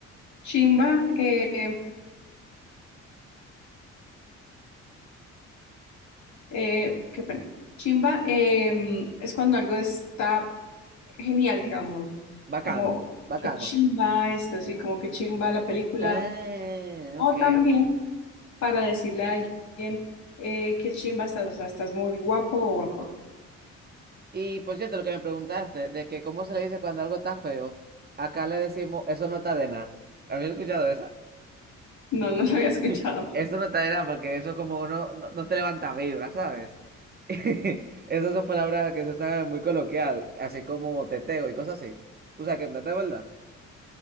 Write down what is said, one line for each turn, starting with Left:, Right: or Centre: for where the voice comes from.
Left: Chimba, eh, eh, qué pena. Chimba
Right: Sí.
Left: eh, es cuando algo está genial, digamos,
Right: Bacano,
Left: como
Right: bacano.
Left: que chimba esto, sí, como que chimba la película,
Right: Ah,
Left: o
Right: ok.
Left: también para decirle a alguien eh, que chimba estás, o sea, estás muy guapo o guapa.
Right: Y por cierto, lo que me preguntaste, de que cómo se le dice cuando algo está feo, acá le decimos, eso no está de nada. ¿Habías escuchado eso?
Left: No, no lo había escuchado.
Right: <laughs> Eso no está nada porque eso como no, no, no te levanta vibra, ¿sabes? <laughs> Esas son palabras que se usan muy coloquial, así como teteo y cosas así. ¿Tú sabes qué es un teteo, verdad?